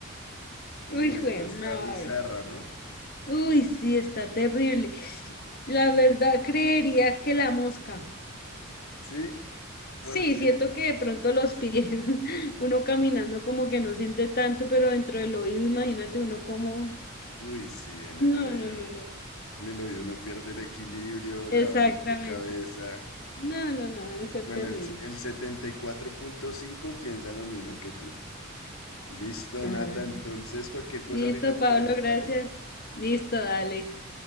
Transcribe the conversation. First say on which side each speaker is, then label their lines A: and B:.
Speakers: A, on the left (about 85°); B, on the left (about 45°).
A: Uy,
B: Uy, jue
A: esa
B: madre.
A: está bizarra, ¿no?
B: Uy, sí, está terrible.
A: <laughs>
B: La verdad, creería que la mosca.
A: Sí, porque,
B: Sí, siento que de pronto los pies, <laughs> uno caminando como que no siente tanto, pero dentro del oído, imagínate uno como...
A: uy, sí, en el
B: No,
A: oído.
B: no, no, no.
A: En el oído uno pierde el equilibrio,
B: Exactamente.
A: le da dolor de cabeza.
B: sí. No, no, no, debe ser
A: Bueno,
B: terrible.
A: el, el setenta y cuatro punto cinco piensa lo mismo que tú. Listo,
B: Ajá.
A: Nata. Entonces, cualquier cosa
B: Listo,
A: ahorita jugamos,
B: Pablo, gracias.
A: dale.
B: Listo, dale.